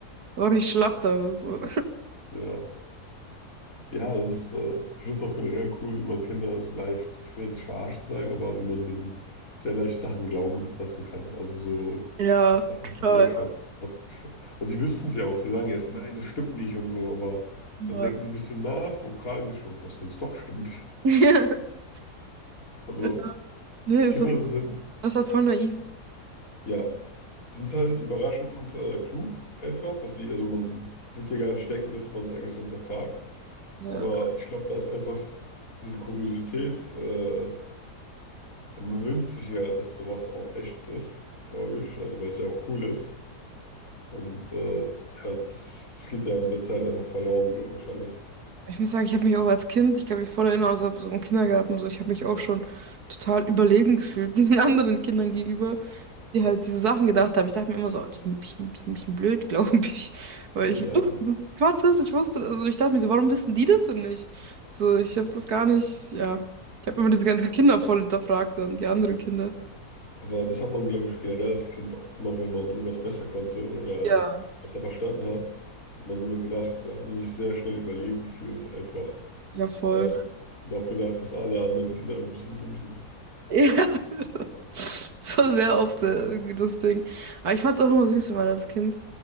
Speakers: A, on the right (about 70°); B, on the left (about 60°).
A: war ich schlapp da. So.
B: ja. Ja, es ist, äh, ich finde es auch generell cool, wie man Kinder so leicht, ich will jetzt nicht verarscht sagen, aber wie man denen sehr leicht Sachen glauben lassen kann. Also so
A: Ja,
B: Sachen kompletter
A: toll.
B: Schwarz, Schwarz, Schwarz. Und sie wissen es ja auch, sie sagen ja erstmal, nein, das stimmt nicht und so, aber
A: Ja.
B: dann denken die ein bisschen nach und fragen sich schon, was, wenn es doch stimmt.
A: <laughs>
B: Also
A: Ja. Nee, ist
B: Kinder
A: so,
B: sind halt,
A: das ist halt voll naiv.
B: ja, sie sind halt überraschend äh, klug einfach, dass sie, also man wird ja gar nicht denken, dass man es eigentlich so hinterfragt.
A: Ja.
B: Aber ich glaube, da ist einfach diese Kuriosität, äh, Man wünscht sich ja, dass sowas auch echt ist, glaube ich. Also, weil es ja auch cool ist. Und äh, ja, das, das geht ja mit der Zeit einfach verloren, glaube ich, alles.
A: Ich muss sagen, ich habe mich auch als Kind, ich kann mich voll erinnern, also so im Kindergarten, so, ich habe mich auch schon total überlegen gefühlt, <laughs> diesen anderen Kindern gegenüber, die halt diese Sachen gedacht haben. Ich dachte mir immer so, oh, die sind ein bisschen, bisschen, bisschen blöd, <laughs> glaube ich. Weil
B: Ja,
A: ich Gottes, ich wusste, also ich dachte mir so, warum wissen die das denn nicht? So, ich habe das gar nicht, ja. Ich habe immer diese ganzen die Kinder voll hinterfragt dann, die anderen Kinder.
B: aber das hat man, glaube ich, generell als Kind oft gemacht, wenn man irgendwas besser konnte oder
A: Ja,
B: besser verstanden hat, hat man immer gedacht, so hat man sich sehr schnell überlegen gefühlt, einfach.
A: ja, voll.
B: Ähm, und auch gedacht, dass alle anderen Kinder einfach ein bisschen dumm sind.
A: Ja, <laughs> das war sehr oft äh, irgendwie das Ding. Aber ich fand es auch immer süß, wenn man als Kind.